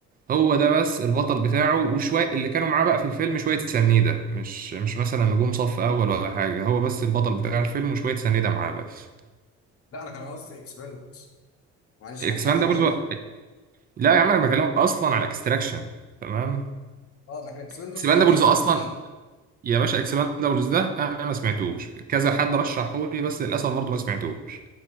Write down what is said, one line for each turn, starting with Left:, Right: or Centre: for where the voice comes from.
Right: هو ده بس البطل بتاعه وشوية اللي كانوا معاه بقى في الفيلم شوية سنيدة مش مش مثلا نجوم صف أول ولا حاجة هو بس البطل بتاع الفيلم وشوية سنيدة معاه بس
Left: لا انا كان قصدي اكسباندبلز معلش
Right: اكسباندابلز
Left: لخبطت الدنيا
Right: و... لا يا عم انا بكلمك اصلا على اكستراكشن تمام
Left: اه لكن اكسباندبلز
Right: اكسباندابلز
Left: هو اللي فكان
Right: اصلا
Left: فيه
Right: يا باشا اكسباندابلز ده انا ما سمعتوش كذا حد رشحه لي بس للاسف برضه ما سمعتوش